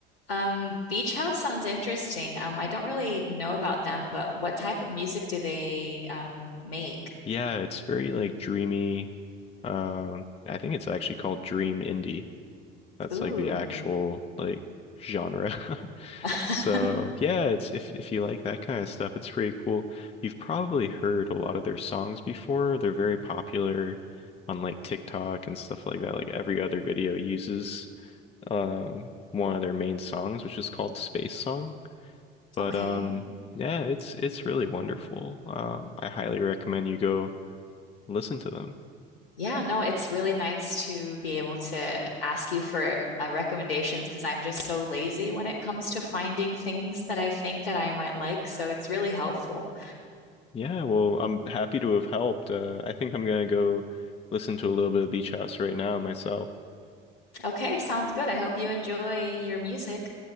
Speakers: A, on the left; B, on the left.
A: Um, beach house sounds interesting. Um, I don't really know about them, but what type of music do they um make?
B: Yeah, it's very like dreamy. Um, I think it's actually called dream indie. That's
A: Ooh.
B: like the actual like genre. <laughs>
A: <laughs>
B: So, yeah, it's if if you like that kind of stuff, it's pretty cool. You've probably heard a lot of their songs before. They're very popular on like TikTok and stuff like that. Like every other video uses um one of their main songs, which is called Space Song. But
A: Okay.
B: um yeah, it's it's really wonderful. Um I highly recommend you go listen to them.
A: Yeah, no, it's really nice to be able to ask you for uh, recommendations because I'm just so lazy when it comes to finding things that I think that I might like. So it's really helpful.
B: Yeah, well, I'm happy to have helped. Uh, I think I'm gonna go listen to a little bit of Beach House right now myself.
A: Okay, sounds good. I hope you enjoy your music.